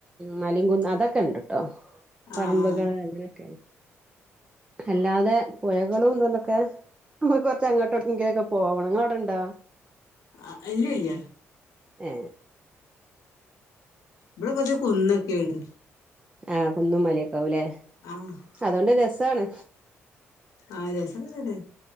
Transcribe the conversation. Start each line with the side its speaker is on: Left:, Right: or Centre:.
Right: മലി കുന്ന് അതൊക്കെ ഉണ്ട് കേട്ടോ പറമ്പുകൾ
Left: ആഹ്
Right: അങ്ങനെയൊക്കെണ്. അല്ലാതെ പുഴകളുംണ്ടൊക്കെ നമ്മുക്ക് കുറച്ച്ങ്ങട്ട് എവ്ട്കെങ്കിലൊക്കെ പോവണം ങ്ങള്വ്ടെണ്ടോ?
Left: ആ അല്ലല്ല.
Right: ഏ.
Left: ഇടെ കൊറച് കുന്നൊ കേണ്.
Right: ആഹ് കുന്നും മലക്കാവല്ലേ
Left: ആഹ്
Right: അതോണ്ട് രസാണ്.
Left: ആഹ് രസഒക്കെ തന്നെ.